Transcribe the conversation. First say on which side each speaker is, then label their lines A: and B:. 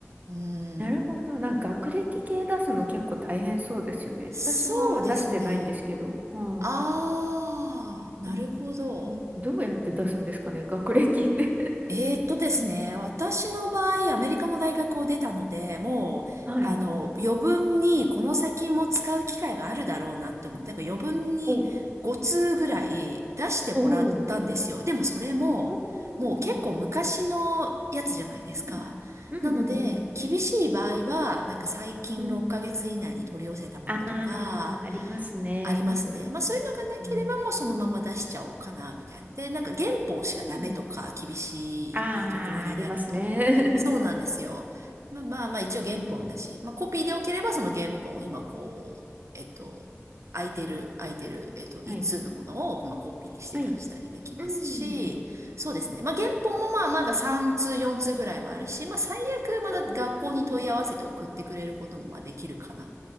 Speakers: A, on the right; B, on the right.
A: うん。
B: なるほど。なんか学歴系出すの結構大変そうですよね。
A: そうですね。
B: 私は出してないんですけど。はい。
A: ああ、なるほど。
B: うん。んどうやって出すんですかね、学歴って
A: えーっとですね、私の場合、アメリカの大学を出たので、もう、
B: <laughs> はい。
A: あの、余分にこの先も使う機会があるだろうなって思って、だから余分に5通ぐらい出してもらったんですよ。
B: お、おー
A: でもそれも、
B: あーうん。
A: もう結構昔のやつじゃないですか。
B: うんうんうん。
A: なので、厳しい場合は、なんか最近6ヶ月以内に取り寄せたものとか、
B: うん。ああ、ありますね。
A: ありますね。
B: よく。
A: まあそういうのがなければもうそのまま出しちゃおうかな、
B: うん。
A: みたいな。で、なんか原本しかダメとか厳しいところになると、
B: うん。ああ、ありますね。
A: そうなんですよ。まあまあまあ一応原本だし、まあコピーでよければその原本、今こう、えっと、空いてる、空いてる、えっと、一通のものを、
B: <laughs> はい。
A: まあ、コピーして出したりできますし、
B: はい。うん。
A: そうですね。まあ原本もまあまだ3通、4通ぐらいはあるし、まあ最悪まだ学校に問い合わせて送ってくれることもまあできるかな。
B: ああ。うん